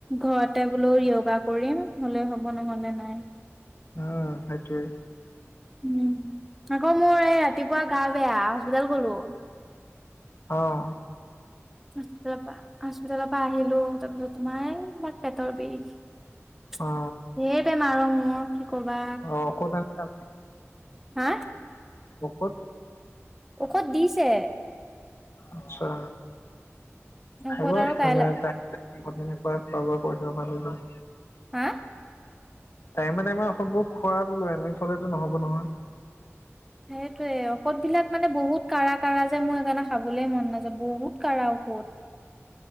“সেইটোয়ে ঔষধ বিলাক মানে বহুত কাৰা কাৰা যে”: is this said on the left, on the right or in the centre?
Centre